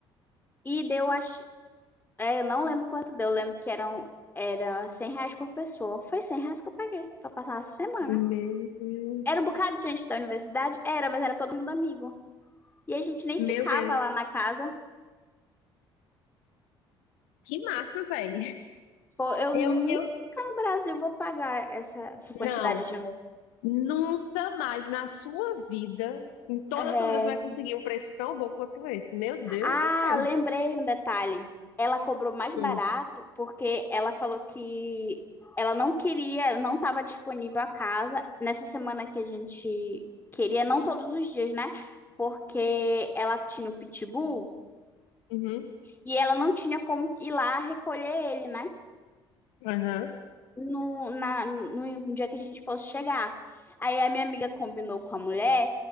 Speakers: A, on the left (about 15°); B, on the left (about 65°).
A: E deu, acho É, eu não lembro quanto deu. Eu lembro que eram era 100 reais por pessoa. Foi 100 reais que eu paguei pra passar a semana.
B: Meu Deus.
A: Era um bocado de gente da universidade? Era, mas era todo mundo amigo. E a gente nem
B: Meu
A: ficava
B: Deus.
A: lá na casa.
B: Que massa, velho.
A: Foi, eu
B: Eu,
A: nunca
B: eu,
A: no Brasil vou pagar essa, essa quantidade
B: não.
A: de novo.
B: Nunca mais na sua vida, em toda
A: É,
B: a sua vida, você vai conseguir um preço tão bom quanto esse. Meu Deus
A: Ah,
B: do céu.
A: lembrei um detalhe. Ela cobrou mais
B: Hum,
A: barato porque ela falou que ela não queria, não estava disponível a casa nessa semana que a gente queria, não todos os dias, né? Porque ela tinha o pitbull
B: Uhum.
A: e ela não tinha como ir lá recolher ele, né?
B: Aham.
A: No, na, no dia que a gente fosse chegar. Aí a minha amiga combinou com a mulher